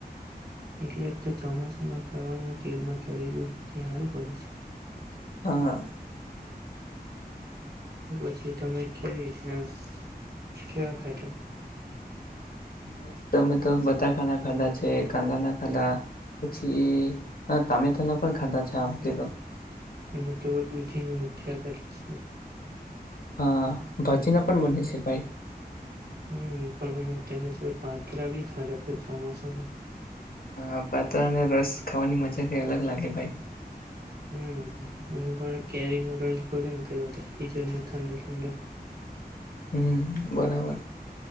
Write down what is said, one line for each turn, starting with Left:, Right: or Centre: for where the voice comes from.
Right: એટલે જ તો ચોમાસુમાં ખાવાનું તેલમાં તળેલું તે હારું પડે છે.
Left: હા.
Right: તો પછી તમે કેવી રીતના કેવા ખાધા?
Left: મસ્ત તમે તો બટાકાા ના ખાધા છે, કાંદા ના ખાધા, પછી તામેટા ના પણ ખાધા છે આ વખતે તો
Right: અમે તો દુધીને મુઠ્યા કરી છે.
Left: હા! ભચીના પણ બને છે ભાઈ.
Right: હમ! પણ તેમજ પાત્રા બી ખાધા ચોમાસા.
Left: હા પાત્રા અને રસ ખાવાની મજા કઈ અલગ લાગે ભાઈ.
Right: હમ અમે પણ કેરીનો રસ ભરી મૂકેલો ફ્રીઝરમાં ઠંડો ઠંડો.
Left: હમ બરાબર.